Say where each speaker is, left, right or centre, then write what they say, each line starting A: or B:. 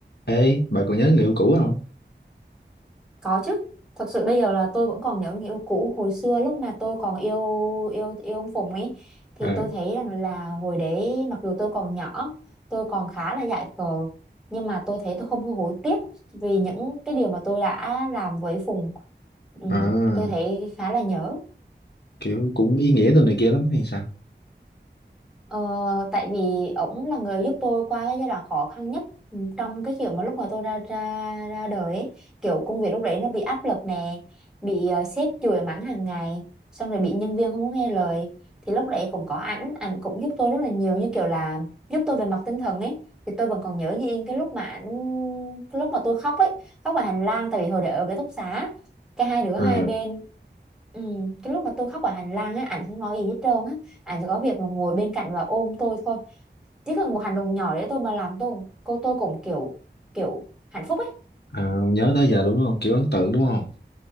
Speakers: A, on the left (about 60°); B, in the centre.
A: Ê, bà còn nhớ người yêu cũ không?
B: Có chứ. Thật sự bây giờ là tôi vẫn còn nhớ người yêu cũ hồi xưa lúc mà tôi còn yêu yêu yêu ông Phùng ấy thì
A: à
B: tôi thấy rằng là hồi đấy mặc dù tôi còn nhỏ, tôi còn khá là dại khờ nhưng mà tôi thấy tôi không hối hối tiếc vì những cái điều mà tôi đã làm với Phùng. Ừ,
A: à
B: tôi thấy khá là nhớ.
A: Kiểu cũng ý nghĩa đồ này kia lắm hay sao?
B: Ờ, tại vì ổng là người giúp tôi qua cái giai đoạn khó khăn nhất ừ, trong cái kiểu mà lúc mà tôi ra ra ra đời ấy. Kiểu công việc lúc đấy nó bị áp lực nè bị ờ, sếp chửi mắng hàng ngày xong rồi bị nhân viên không có nghe lời thì lúc đấy cũng có ảnh ảnh cũng giúp tôi rất là nhiều như kiểu là giúp tôi về mặt tinh thần ấy thì tôi vẫn còn nhớ như in cái lúc mà ảnh cái lúc mà tôi khóc ấy khóc ở hành lang tại vì hồi đấy ở cái ký túc xá cái hai đứa
A: Ờ.
B: hai bên ừ, cái lúc mà tôi khóc ở hành lang ấy ảnh không nói gì hết trơn á anh chỉ có việc mà ngồi bên cạnh và ôm tôi thôi chỉ cần một hành động nhỏ đấy tôi mà làm tôi cô tôi cũng kiểu kiểu hạnh phúc ấy
A: à Ờ, nhớ tới giờ đúng không? Kiểu ấn tượng đúng không?